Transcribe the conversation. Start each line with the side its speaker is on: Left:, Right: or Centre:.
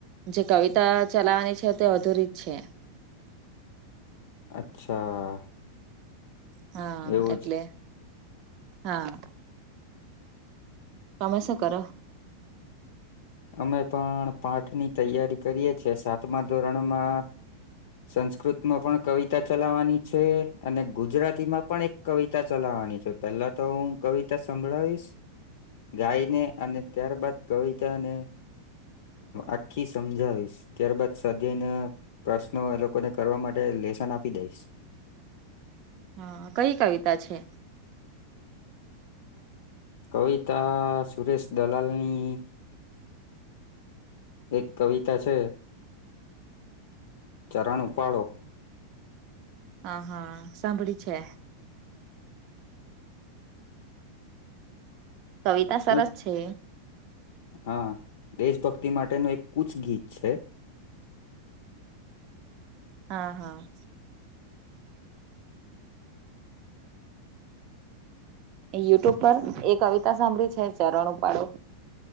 Right: જે કવિતા ચલાવવાની છે તે અધૂરીજ છે.
Left: અચ્છા.
Right: હા
Left: એવું
Right: એટલે
Left: છે
Right: હા. તમેસ કર.
Left: અમે પણ પાઠ ની તૈયારી કરીએ છ છેીએ સાતમા ધોરણમાં. સંસ્કૃત માં પણ કવિતા ચલાવવાની છે અને ગુજરાતીમાં પણ એક કવિતા ચલાવવાની છે. પેલા તો હું કવિતા સંભળાવીશ ગાઈને અને ત્યારબાદ કવિતા. ક્યાને. આખી સમજાવીશ ત્યારબાદ સધને. પ્રશ્નો એ લોકોને કરવા માટે લેેશન આપી દઈશ.
Right: હા કઈ કવિતા છે.
Left: કવિતા સુરેશ દલાલની. એક કવિતા છે. ચરણ ઉપપાડો.
Right: હ હા સાંભળી છે. કવિતા સરસ
Left: કુચ
Right: છે.
Left: હા દેશભક્તિ માટેનું એક કુચ ગીત છે.
Right: હા હા. યુટ્યુબ પર એ કવિતા સાંભળી છે ચરણ ઉપાડો.